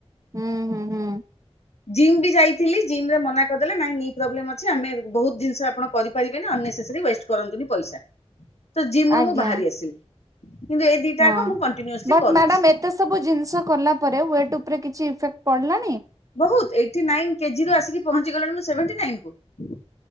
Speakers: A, on the right (about 30°); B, on the left (about 75°).
A: ହୁଁ ହୁଁ ହୁଁ
B: ଜିମ୍ ବି ଯାଇଥିଲି। ଜିମ ରେ ମନା କରିଦେଲେ ନାଇଁ ନି ପ୍ରୋବ୍ଲେମ୍ ଅଛି ଆମେ ବହୁତ୍ ଜିନିଷ ଆପଣ କରିପାରିବେନି ଅନନେସେସାରି ୱେଷ୍ଟ କରନ୍ତୁନି ପଇସା। ତ ଜିମ
A: ଆଜ୍ଞା
B: ରୁ ମୁଁ ବାହାରି ଆସିଲି। କିନ୍ତୁ ଏ ଦିଟାକ
A: ହଁ।
B: ମୁଁ। କଣ୍ଟିନ୍ୟୁସଲି
A: ବଟ୍
B: କରୁଛି।
A: ମ୍ୟାଡାମ ଏତେ ସବୁ ଜିନିଷ କଲା ପରେ ୱେଟ ଉପରେ କିଛି ସେଟ ପଡ଼ିଲାଣି?
B: ବହୁତ ଏଇଟନାଇନ କେଜି ରୁ ଆସିକି ପହଞ୍ଚି ଗଲାଣି ମୁ ସେଭେଣ୍ଟିନାଇନ ।